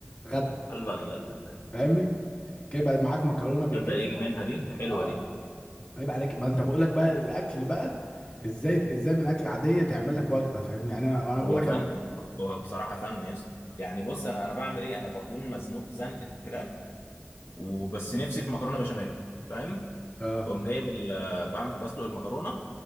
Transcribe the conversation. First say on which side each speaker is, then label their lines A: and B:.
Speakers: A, on the left; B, on the left.
A: غدا
B: الله الله الله الله الله.
A: فاهمني كده بقى معاك مكرونه بالجبنه
B: تبدا يجي منها دي ده حلوه
A: اه
B: دي
A: عيب عليك ما انت بقول لك بقى الاكل بقى ازاي ازاي من اكل عاديه تعمل لك وجبه فاهمني يعني انا أنا بقول
B: هو
A: لك
B: فن
A: انا
B: هو بصراحه فن يس يعني بص انا انا بعمل ايه انا بكون مزنوق زنقه الكلاب وبس نفسي في مكرونه بشاميل فاهم
A: اه
B: بقوم جايب ال- بعمل بسلق المكرونه